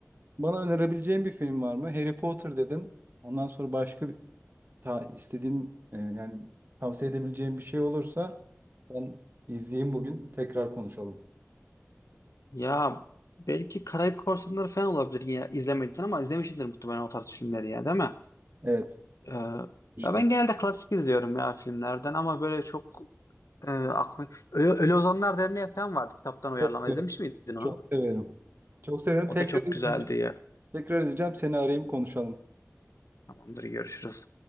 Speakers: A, on the right; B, on the left.
A: bana önerebileceğin bir film var mı? Harry Potter dedin. Ondan sonra başka bir ta, istediğin e, yani tavsiye edebileceğin bir şey olursa ben izleyeyim bugün. Tekrar konuşalım.
B: Ya belki Karayip Korsanları falan olabilir yine izlemediysen ama izlemişsindir muhtemelen o tarz filmleri ya değil mi?
A: Evet.
B: Ee,
A: işte
B: ya ben genelde klasik izliyorum ya filmlerden ama böyle çok e, aklım... Ölü, Ölü Ozanlar Derneği falan vardı kitaptan uyarlama
A: Çok severim.
B: izlemiş miydin onu?
A: Çok severim. Çok severim.
B: O
A: Tekrar
B: da çok
A: izleyeyim.
B: güzeldi ya.
A: Tekrar edeceğim seni arayayım konuşalım.
B: Tamamdır görüşürüz.